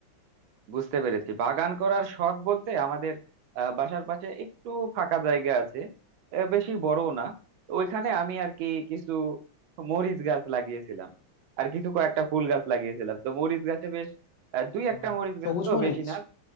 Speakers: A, on the right; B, on the left.
A: বুঝতে পেরেছি বাগান করার শখ বলতে আমাদের আহ, বাসার পাশে একটু ফাঁকা জায়গা আছে আহ, বেশি বড়ও না তো ওইখানে আমি আর কি কিছু মরিচ গাছ লাগিয়েছিলাম আর কিছু কয়েকটা ফুল গাছ লাগিয়েছিলাম তো মরিচ গাছে বেশ আহ, দুই একটা
B: হ্যাঁ।
A: মরিচ
B: সবুজ
A: গাছ তো
B: মরিচ
A: বেশি না